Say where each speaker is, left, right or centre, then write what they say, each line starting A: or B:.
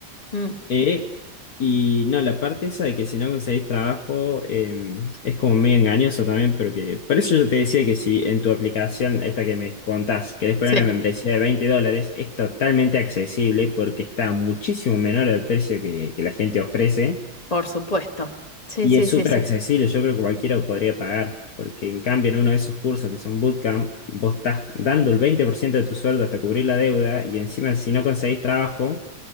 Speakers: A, on the left; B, on the left.
A: Mm,
B: eh, y no, la parte esa de que si no conseguís trabajo eh, es como medio engañoso también, pero que por eso yo te decía que si en tu aplicación, esta que me contás, querés poner
A: sí,
B: una membresía de 20 dólares, es totalmente accesible porque está muchísimo menor al precio que, que la gente ofrece.
A: por supuesto. Sí,
B: Y
A: sí,
B: es
A: sí,
B: súper
A: sí.
B: accesible, yo creo que cualquiera lo podría pagar, porque en cambio en uno de esos cursos que son bootcamp, vos estás dando el 20% de tu sueldo hasta cubrir la deuda y encima si no conseguís trabajo,